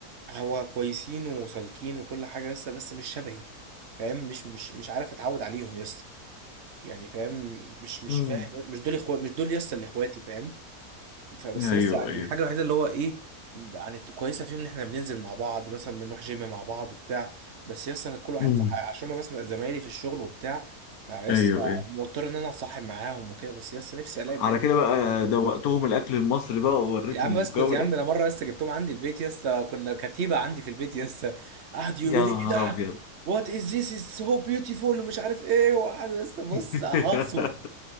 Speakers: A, on the right; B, on the left.
A: هو كويسين وسالكين وكل حاجه لسه بس مش شبهي فاهم مش مش مش عارف اتعود عليهم يا اسطى يعني فاهم مش مش
B: امم
A: فاهم مش دول اخوات مش دول يا اسطى اللي اخواتي فاهم فبس
B: ايوه
A: يا اسطى يعني
B: ايوه
A: الحاجه الوحيده اللي هو ايه يعني كويسه فيهم ان احنا بننزل مع بعض مثلا بنروح جيم مع بعض بتاع بس يا اسطى كل واحد
B: امم
A: في ح- عشان ما بس زمايلي في الشغل وبتاع فيا
B: ايوه
A: اسطى
B: ايوه
A: مضطر ان انا اتصاحب معاهم وكده بس يا اسطى نفسي الاقي
B: على
A: بجد
B: كده بقى
A: حد شبهي
B: دوقتهم الاكل المصري بقى ووريتهم
A: يا عم اسكت
B: الجو
A: يا
B: ده
A: عم ده انا مره لسه جبتهم عندي البيت لسه كنا كتيبه عندي في البيت لسه قعدوا
B: يا
A: يقولوا لي
B: نهار
A: ايه ده
B: ابيض
A: وات از ذيس از سو بيوتيفول ومش عارف ايه وقعد لسه بص
B: <laughs>
A: اهاصوا